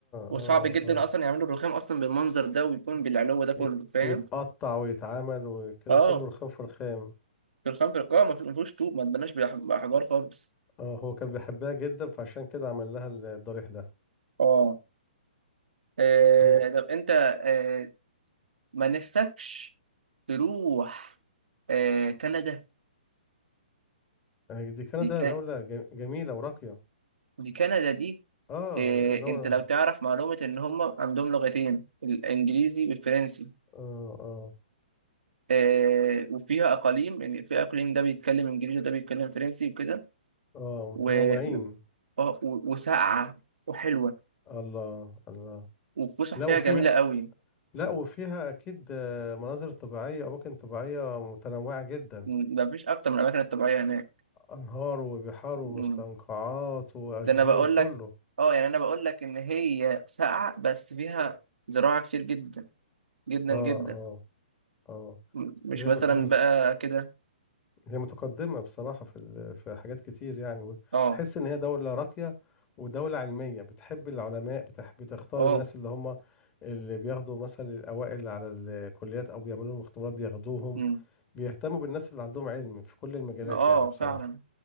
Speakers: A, on the right (about 85°); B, on the left (about 25°).
A: وصعب
B: اه
A: جدا
B: اه
A: اصلا يعملوا برخام اصلا بالمنظر ده ويكون بالعلو ده كله
B: ي-
A: فاهم
B: يتقطع ويتعمل وكده
A: اه
B: كله رخام في رخام
A: برخام في القاع ما في- ما فيهوش طوب ما اتبناش بأح- باحجار خالص
B: اه هو كان بيحبها جدا فعشان كده عمل لها الضريح ده
A: اه آه،
B: هو
A: طب انت آه ما نفسكش تروح آه كندا
B: آه، دي كندا
A: دي كا...
B: دولة ج- جميلة وراقية
A: دي كندا دي
B: اه
A: آه
B: دولة
A: انت لو تعرف معلومة ان هم عندهم لغتين الانجليزي والفرنسي
B: اه اه
A: آه وفيها اقاليم يعني في اقليم ده بيتكلم انجليزي وده بيتكلم فرنسي وكده
B: اه متنوعين
A: و... آه، و... وساقعة وحلوة
B: الله الله
A: والفسح
B: لا
A: فيها
B: وفيها
A: جميلة قوي
B: لا وفيها اكيد آه، مناظر طبيعية اماكن طبيعية متنوعة جدا
A: م- مفيش أكتر من الأماكن الطبيعية هناك
B: انهار وبحار ومستنقعات
A: م.
B: واشجار
A: ده أنا بقول
B: وكله
A: لك أه يعني أنا بقول لك إن هي ساقعة بس فيها زراعة كتير جدا جدا
B: اه
A: جدا
B: اه اه
A: م- مش
B: هي
A: مثلا
B: م- هي
A: بقى كده
B: هي متقدمة بصراحة في ال- في حاجات كتير يعني
A: أه
B: تحس إن هي دولة راقية ودولة علمية بتحب العلماء بتحب بتختار
A: أه
B: الناس اللي هم اللي بياخدوا مثلا الأوائل على الكليات أو بيعملوا لهم اختبارات بياخدوهم
A: م.
B: بيهتموا بالناس اللي عندهم علم في كل المجالات
A: أه
B: يعني بصراحة
A: فعلا